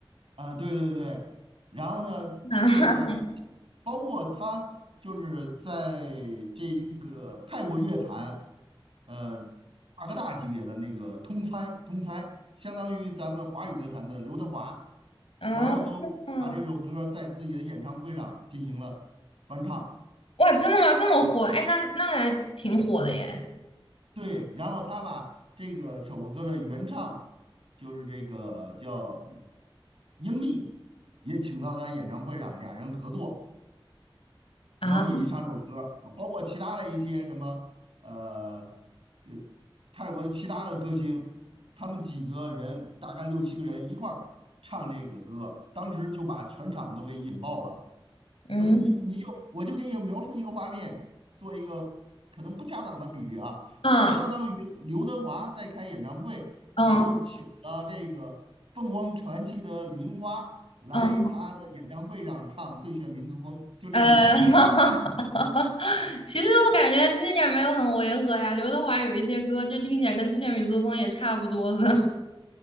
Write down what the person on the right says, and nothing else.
啊，对对对，然后呢，
就是包括他就是在这个泰国乐坛，呃，大哥大级别的那个通猜，通猜，相当于咱们华语歌坛的刘德华，
然后都把这首歌在自己的演唱会上进行了翻唱，
对，然后他把这个这首歌的原唱就是这个叫英丽，也请到他的演唱会上，俩人合作。然后一起唱这首歌儿，
啊包括其他的一些什么呃呃泰国的其他的歌星，他们几个人大概六七个人一块儿唱这个歌，当时就把全场都给引爆了。
所以你你就我就给你描述一个画面，做一个可能不恰当的比喻啊，
就相当于刘德华在开演唱会，
然后请了这个凤凰传奇的玲花来他的演唱会上唱《最炫民族风》，
就这种感觉。